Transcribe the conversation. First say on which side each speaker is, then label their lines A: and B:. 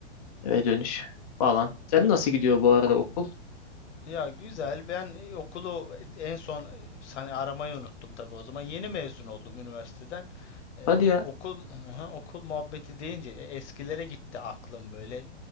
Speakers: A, on the left; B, on the left.
A: Eve dönüş falan. Sen
B: Ya
A: nasıl gidiyor bu arada okul?
B: ya güzel. Ben e, okulu en son e, hani aramayı unuttum tabii o zaman. Yeni mezun oldum üniversiteden. Ee,
A: Hadi ya.
B: okul <laughs> okul muhabbeti deyince e, eskilere gitti aklım böyle.